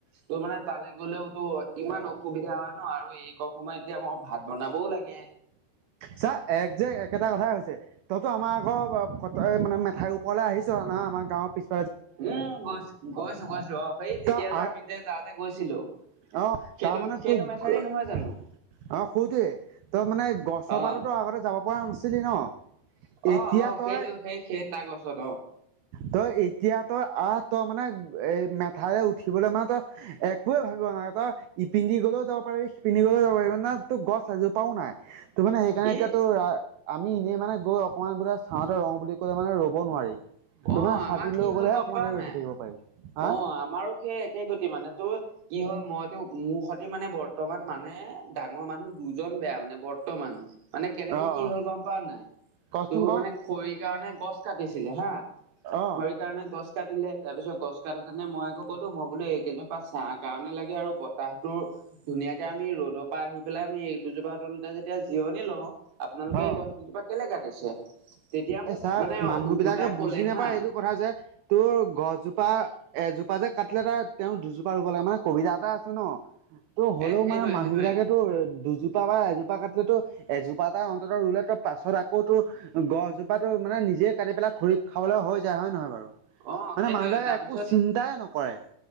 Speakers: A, on the right; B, on the right.
A: ত' মানে তালৈ গ'লেওঁ তো ইমান অসুবিধা ন আৰু এই সময় এতিয়া মই ভাত বনাবও লাগে।
B: চা একজেক্ট একেইটা কথাই হৈছে, তহতো আমাৰ ঘৰ মানে মেঠাইৰ ওপৰলৈ আহিছ ন আমাৰ গাঁৱৰ পিছ।
A: উম, গৈছো, গৈছো, গৈছো অ' সেই তেতিয়া
B: তই
A: যে আমি যে যাওঁতে গৈছিলো।
B: অ'
A: সেইটো
B: তাৰমানে
A: সেইটো
B: তোক
A: মেথাউৰি
B: অ'
A: নহয় জানো?
B: সুতে তাৰ মানে গছ। চপাৰতো
A: অ
B: আগতে যাব পৰা নাছিলি ন। এতিয়া
A: অ' অ'
B: তই
A: সেইটো সেই সেই তাৰ গছৰত অ'।
B: তই এতিয়া তই আহ তই মানে এ মেথাউৰে উঠিবলৈ মানে তই একোৱেইে ভাবিব নালাগে তই। ইপিন্ধি গ'লেও যাব পাৰিবি সিপিন্ধি গ'লেও যাব পাৰিবি ন তো গছ এজোপাও নাই। তো মানে সেইকাৰণে
A: এ
B: এতিয়াতো আমি এনে। মানে গৈ অকণমান বোলে চাওঁতে ৰং বুলি ক'লে মানে ৰ'ব নোৱাৰি। তোৰ
A: অ'
B: মানে ছাতি
A: আমাৰ কি
B: লৈ
A: হ'ল
B: গ'লেহে
A: গ'ম
B: অকণমান
A: পোৱা
B: দেৰি ৰখি
A: নাই
B: থাকিব পাৰি হা
A: অ' আমাৰো সেই একে গতি মানে তোৰ। কি হ'ল মইতো মোৰ সতে মানে বৰ্তমান মানে। ডাঙৰ মানুহ দুজন বেয়া মানে বৰ্তমান মানে কেনেকে
B: অ
A: কি
B: অ
A: হ'ল গ'ম পাওঁ নে নাই।
B: কচোন
A: তো'
B: ক
A: মানে খৰি। কাৰণে গছ কাটিছিলে হা
B: অ
A: খৰিৰ কাৰণে গছ কাটিলে তাৰপিছত গছ কাটো। মানে মই আকৌ কলো মই বোলো এইকেজন। বা চাৰহ কাৰণে লাগে আৰু বতাহতো ধুনীয়াকে আমি ৰ'দৰ পৰা আহি পেলাই আমি এই দুজোপা। <unintelligible> যেতিয়া জিৰণি লওঁ আপোনালোকে
B: অ
A: এই গছ দুজোপা কেলে কাটিছে। তেতিয়া মোক
B: এ ছাৰ
A: মানে
B: মানুহ
A: উভোতাই।
B: বিলাকে
A: কলে
B: বুজি
A: হা
B: এইটো কথা যে তোৰ গছজোপা। এজোপা যে কাটিলে ত তেওঁৰ দুজোপা ৰুব লাগে মানে কবিতা এটা আছে ন। ত' হ'লেও
A: এ সেইটোৱে
B: মানে মানুহ
A: সেইটোৱে
B: বিলাকেতো। দুজোপা বা এজোপা কাটিলেতো এজোপা এটা অন্ততঃ ৰুলে তো পাছত আকৌ। তো গছজোপাতো মানে নিজে কাটি পেলাই খৰি খাবলৈ হৈ যায় হয় নে নহয় বাৰু।
A: অ
B: মানে
A: সেইটোৱে
B: মানুহবিলাকে
A: তাৰপিছত
B: একো চিন্তাই নকৰে।